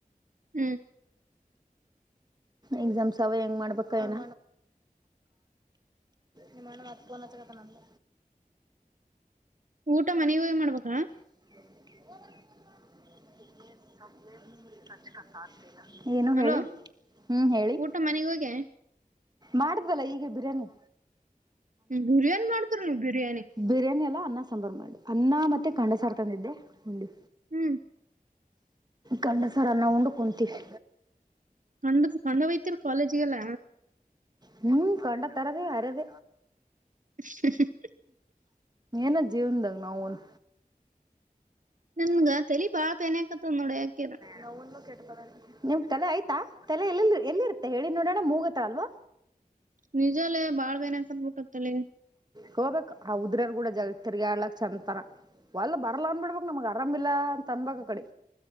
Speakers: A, on the right; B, on the right.
A: ಹ್ಮ್
B: ಎಕ್ಸಾಮ್ಸ್ ಅವೇ ಹೆಂಗ್ ಮಾಡ್ಬೇಕ ಏನ ನಿಮ್ಮಲೆ ಮತ್ತಪನ ಚಕ್ಕತನಲ್ಲ
A: ಊಟ ಮನೆ ಹೋಗ ಮಾಡ್ಬೇಕಾ
B: <unintelligible> <unintelligible> ಏನು ಹೇಳಿ
A: ಅಲೋ
B: ಹ್ಮ್ ಹೇಳಿ
A: ಊಟ ಮನೆಗ್ ಹೋಗಿ
B: ಮಾಡುದಲ್ಲ ಈಗ ಬಿರಯಾನಿ
A: ಬಿರಿಯಾನಿ ಮಾಡ್ತರು ನೀವ್ ಬಿರಿಯಾನಿ
B: ಬಿರಿಯಾನಿ ಎಲ್ಲ ಅನ್ನ ಸಾಂಬಾರು ಮಾಡು ಅನ್ನ ಮತ್ತುತ್ತೆ ಕಂಡಸಾರ ತಂದಿದ್ದೆ ಉುಂಡಿ
A: ಹ್ಮ್
B: ಕಂಡಸರ ನಾ ಉಂಡು ಕುಂತೀವಿ
A: ಕಂಡ ಕಂಡ ಹಯ್ತರಿ ಕಾಲೇಜಿಗೆಲ್ಲ
B: ಹ್ಮ್ ಕಂಡ ತರದೇ ಅರದ
A: ಹ
B: ನ ಜೀವನಂದಂಗ ನ ಅವನು
A: ನನ್ಗ ತಲಿ ಬಾಳ ಪೆನಕತದ್ ನೋಡಿ ಯಾಕ್ಯರ
B: ನನ್ ಕೆಟ್ಟ ಬ ನಿಮ್ ತಲೆ ಆಯ್ತಾ ತಲೆ ಎಲ್ಲಿ ಎಲ್ಲಿರುತ್ತೆ ಹೇಳಿ ನೋಡೋಣ ಮೂಗತ ಅಲ್ವಾ
A: ನಿಜಲ್ಲೇ ಬಾಳ್ ಬೇನಸ್ ಅಂತ ಬಿಟ್ಟತ್ತಲ್ಲಿ
B: ಹೋಗ್ಬೇಕಕ್ ಆ ಉದ್ರರ್ ಕೂಡ ಜಾಗತ್ತರ್ಗ್ಯಾಲಕ್ ಚಂದಂತಾರ ಒಲ್ ಬರಲ್ಲ ಅನ್ಬಿಡ್ಬಕ್ ನಮಗ್ ಆರಾಮಿಲ್ಲ ಅಂತ ಅನ್ಬಕ್ ಕಡೆ